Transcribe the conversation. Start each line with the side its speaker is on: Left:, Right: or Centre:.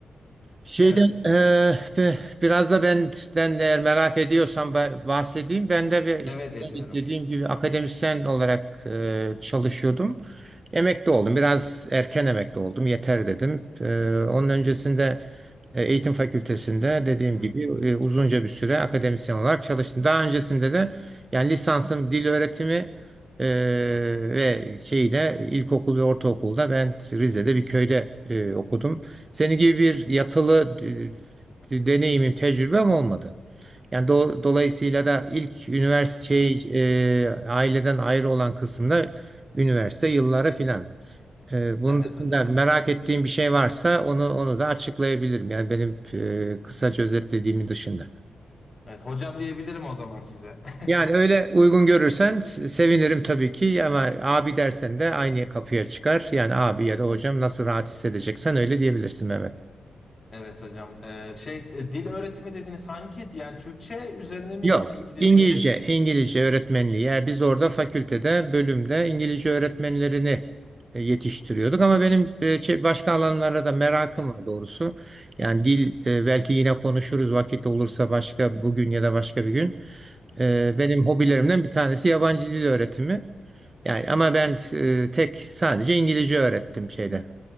Right: Şeyden
Left: Evet,
Right: eee, be- biraz da benden eğer merak ediyorsan ba- bahsedeyim. Ben de bir işte
Left: evet ediyorum.
Right: dediğim gibi akademisyen olarak eee, çalışıyordum. Emekli oldum. Biraz erken emekli oldum. Yeter dedim. Eee, onun öncesinde e, eğitim fakültesinde dediğim
Left: Evet,
Right: gibi e, uzunca bir süre akademisyen olarak çalıştım. Daha öncesinde de yani lisansım dil öğretimi eee, ve şeyde ilkokul ve ortaokulda ben Rize'de bir köyde e, okudum. Seni gibi bir yatılı e, e, deneyimim, tecrübem olmadı. Yani do- dolayısıyla da ilk üniversite
Left: evet,
Right: şey, e, aileden ayrı olan kısımda üniversite yılları filan. E, bunun
Left: evet
Right: dışında
Left: hocam.
Right: merak ettiğim bir şey varsa onu onu da açıklayabilirim. Yani benim e, kısaca özetlediğimin dışında.
Left: Evet, hocam diyebilirim o zaman size.
Right: Yani öyle
Left: <laughs>
Right: uygun görürsen se- sevinirim tabii ki ama abi dersen de aynı kapıya çıkar. Yani abi ya da hocam nasıl rahat hissedeceksen öyle diyebilirsin Mehmet.
Left: Evet hocam. Ee, şey e, dil öğretimi dediniz hangi? Yani Türkçe üzerine mi
Right: Yok,
Left: yoksa İngilizce?
Right: İngilizce, İngilizce öğretmenliği. Yani biz orada fakültede, bölümde İngilizce öğretmenlerini e, yetiştiriyorduk. Ama benim e, şey- başka alanlara da merakım
Left: Evet,
Right: var doğrusu. Yani dil e, belki yine konuşuruz vakit olursa başka bugün ya da başka bir gün. E,
Left: evet
Right: Benim
Left: hocam.
Right: hobilerimden bir tanesi yabancı dil öğretimi. Yani ama ben e, tek sadece İngilizce öğrettim şeyde.